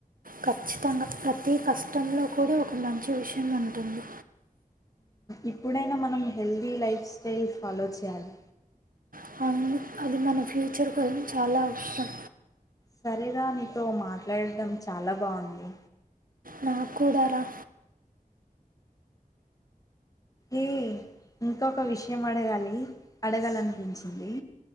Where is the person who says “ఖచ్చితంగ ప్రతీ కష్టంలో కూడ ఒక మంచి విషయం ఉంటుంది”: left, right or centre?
Right